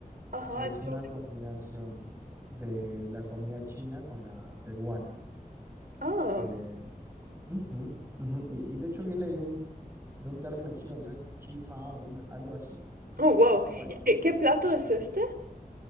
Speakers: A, on the right; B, on the right.
A: Ajá,
B: Que es
A: esto.
B: una combinación de la comida china con la peruana.
A: Ah,
B: Eh, ujú, ujú. Y, y de hecho viene de un, de un término chino que se llama chifao, una- algo así.
A: oh, wow.
B: Bueno,
A: ¿Y qué, qué plato es este?